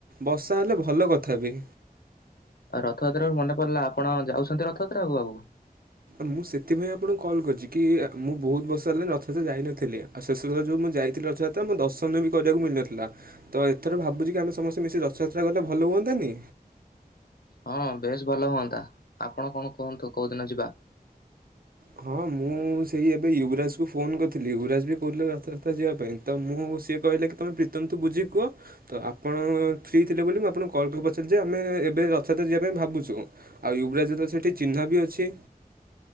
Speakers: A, on the right; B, on the left.
A: ବର୍ଷା ହେଲେ ଭଲ କଥା ବି।
B: ଆଉ ରଥଯାତ୍ରା ରୁ ମନେ ପଡିଲା ଆପଣ ଯାଉଛନ୍ତି ରଥଯାତ୍ରା କୁ ଆଉ?
A: ମୁଁ ସେଥିପାଇଁ ଆପଣଙ୍କୁ କଲ୍ କରିଛି କି ମୁଁ ବହୁତୁ ବର୍ଷ ହେଲାଣି ରଥଯାତ୍ରା ଯାଇନଥିଲି। ଆଉ ଶେଷ ଯେଉଁ ମୁଁ ଯାଇଥିଲି ରଥଯାତ୍ରା ମୋ ଦର୍ଶନ ବି କରିବାକୁ ମିଳିନଥିଲା। ତ ଏଥର ଭାବୁଚି କି ଆମେ ସମସ୍ତେ ମିଶି ରଥଯାତ୍ରା କଲେ ଭଲ ହୁଅନ୍ତାନି?
B: ହଁ ବେଶ ଭଲ ହୁଅନ୍ତା ଆପଣ କଣ କୁହନ୍ତୁ କୋଉ ଦିନ ଯିବା?
A: ହଁ ମୁଁ ସେଇ ଏବେ ୟୁବରାଜକୁ ଫୋନ୍ କରିଥିଲି ୟୁବରାଜ ବି କହୁଥିଲା ରାଥଯାତ୍ରା ଯିବା ପାଇଁ। ତ ମୁଁ ସିଏ କହିଲା କି ତୁମେ ପ୍ରୀତମ ଠୁ ବୁଝିକି କୁଅ। ତ ଆପଣ ଫ୍ରି ଥିଲେ ବୋଲି ମୁଁ ଆପଣଙ୍କୁ କଲ୍ କରିପଚାରିଲି ଯେ ଆମେ ଏବେ ରଥଯାତ୍ରା ଯିବା ପାଇଁ ଭାବୁଚୁ। ଆଉ ୟୁବରାଜ ତ ସେଠି ଚିହ୍ନା ବି ଅଛି।